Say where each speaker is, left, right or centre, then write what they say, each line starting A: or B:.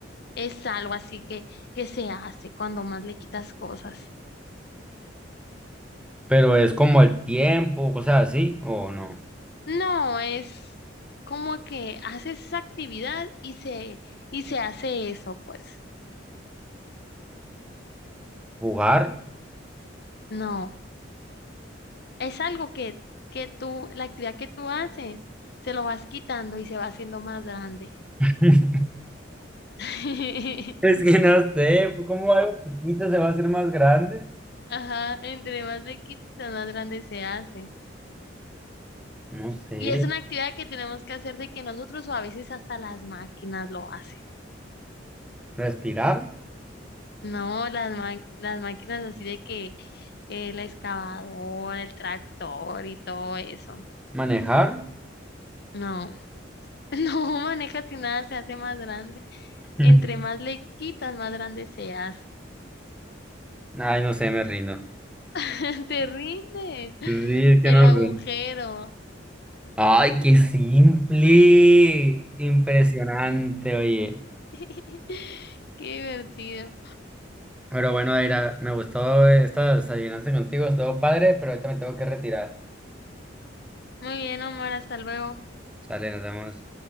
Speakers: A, on the left (about 55°); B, in the centre.
A: Es algo así que, que se hace cuando más le quitas cosas.
B: Pero es como el tiempo, cosas así, ¿o no?
A: No, es como que hace esa actividad y se, y se hace eso, pues.
B: ¿Jugar?
A: No, es algo que, que tú, la actividad que tú haces, se lo vas quitando y se va haciendo más grande.
B: <laughs>
A: <laughs>
B: Es que no sé, pues, ¿cómo algo chiquito se va a hacer más grande?
A: Ajá, entre más le quitas, más grande se hace.
B: No sé,
A: Y es una actividad que tenemos que hacer de que nosotros o a veces hasta las máquinas lo hacen.
B: respirar,
A: No, las, ma- las máquinas así de que eh, la excavadora, el tractor y todo eso.
B: manejar.
A: No. <laughs> No, maneja si nada se hace más grande.
B: <laughs>
A: Entre más le quitas, más grande se hace.
B: Ay, no sé, me rindo.
A: <laughs> Te rindes.
B: Sí, es que
A: El
B: no
A: agujero.
B: sé. Ay, qué simple. Impresionante, oye.
A: <laughs> Qué divertido.
B: Pero bueno, Aira, me gustó esta adivinanza contigo, estuvo padre, pero ahorita me tengo que retirar.
A: Muy bien, Omar, hasta luego.
B: Sale, nos vemos.